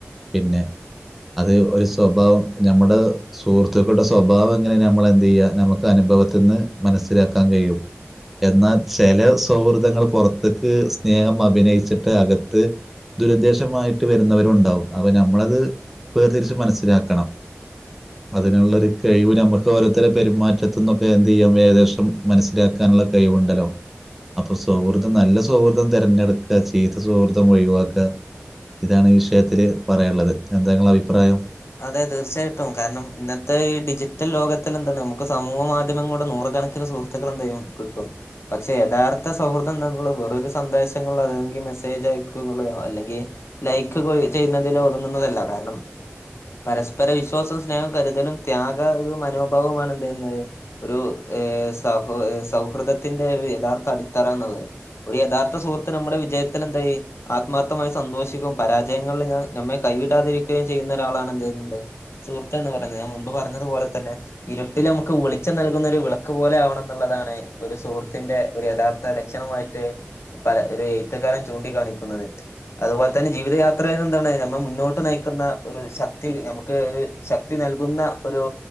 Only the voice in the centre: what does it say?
പിന്നെ അത് ഒരു സ്വഭാവം നമ്മുടെ സുഹൃത്തുക്കളുടെ സ്വഭാവെങ്ങനെന്ന് നമ്മളെന്ത് ചെയ്യുക നമുക്കനുഭവത്തിന്ന് മനസ്സിലാക്കാൻ കഴിയും. എന്നാൽ ചില സൗഹൃദങ്ങൾ പുറത്തേക്ക് സ്നേഹം അഭിനയിച്ചിട്ട് അകത്ത് ദുരുദ്ദേശമായിട്ട് വരുന്നവരുണ്ടാവും. അപ്പ നമ്മളത് വേർതിരിച്ച് മനസ്സിലാക്കണം അതിനുള്ളൊരു കഴിവ് നമുക്ക് ഓരോരുത്തരുടെ പെരുമാറ്റത്തന്നൊക്കെ എന്ത് ചെയ്യാം ഏകദേശം മനസ്സിലാക്കാനുള്ള കഴിവുണ്ടല്ലോ അപ്പൊ സൗഹൃദം നല്ല സൗഹൃദം തിരഞ്ഞെടുക്കുക ചീത്ത സൗഹൃദം ഒഴിവാക്കുക ഇതാണ് ഈ വിഷയത്തില്. പറയാനുള്ളത് എന്താ നിങ്ങടെ അഭിപ്രായം.